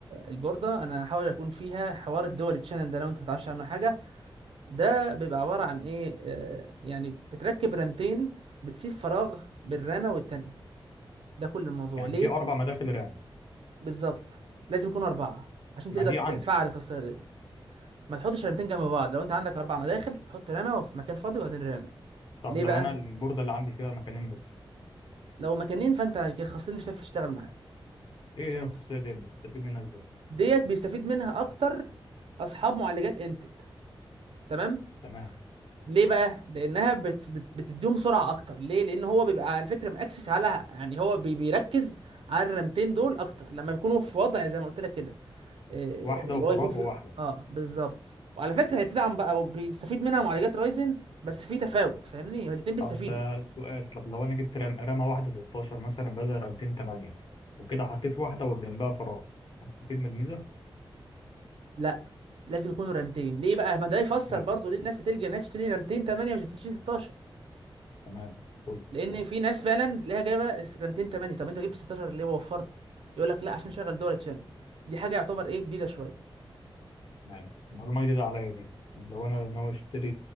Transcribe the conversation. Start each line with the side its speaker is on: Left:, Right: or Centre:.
Right: البورده انا هحاول اكون فيها حوار الدول تشانل ده لو انت ما تعرفش عنه حاجه ده بيبقى عباره عن ايه آه، يعني بتركب رامتين بتسيب فراغ بين رامه والتانيه ده كل الموضوع
Left: يعني
Right: ليه
Left: في اربع مداخل رام
Right: بالظبط لازم يكونوا اربعه عشان
Left: ما
Right: تقدر
Left: دي
Right: تفعل
Left: عندي
Right: الخاصيه دي ما تحطش رمتين جنب بعض لو انت عندك اربع مداخل تحط رمه وفي مكان فاضي وبعدين رمه
Left: طب
Right: ليه
Left: لو
Right: بقى
Left: انا البورده اللي عندي فيها مكانين بس
Right: لو مكانين فانت الخاصين مش هتعرف تشتغل معاك
Left: ايه
Right: مش هينفع
Left: هي الخصوصيه ديت بتستفيد منها ازاي
Right: ديت بيستفيد منها اكتر اصحاب معالجات انتل تمام
Left: تمام
Right: ليه بقى لانها بت بت بتديهم سرعه اكتر ليه لان هو بيبقى على فكره مأكسس على يعني هو بي بيركز على الرمتين دول اكتر لما بيكونوا في وضع زي ما قلت لك كده إيه
Left: واحده
Right: اللي
Left: وفراغ
Right: هو يكون فيه
Left: وواحده
Right: اه بالظبط وعلى فكره هي بتدعم بقى وبيستفيد منها معالجات رايزن بس في تفاوت فاهمني هما الاتنين بيستفيدوا
Left: طب آه، سؤال طب لو انا جبت رام رامه واحده 16 مثلا بدل رامتين 8 وكده حطيت واحده وجنبها فراغ هستفيد من الميزه
Right: لا لازم يكونوا رامتين ليه بقى ما ده يفسر
Left: اتنين
Right: برضو ليه الناس بتلجأ انها تشتري رامتين 8 مش بتشتري 16
Left: تمام قول
Right: لان
Left: حلو.
Right: في ناس فعلا تلاقيها جايبه رامتين 8 طب انت جبت 16 ليه ووفرت يقول لك لا عشان شغل دول تشانل دي حاجه يعتبر ايه جديده شويه
Left: تمام معلومة جديدة عليا دي لو أنا ناوي أشتري